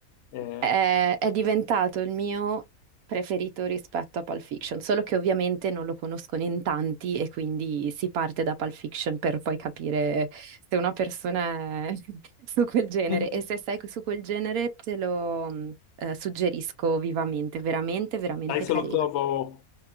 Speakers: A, on the left; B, on the right.
A: Eh,
B: è, è diventato il mio preferito rispetto a Pulp Fiction, solo che ovviamente non lo conoscono in tanti e quindi si parte da Pulp Fiction per poi capire se una persona è <laughs> su quel genere
A: <laughs> mm,
B: e se sei su quel genere te lo mh, eh, suggerisco vivamente, veramente, veramente
A: sai se
B: carino.
A: lo trovo,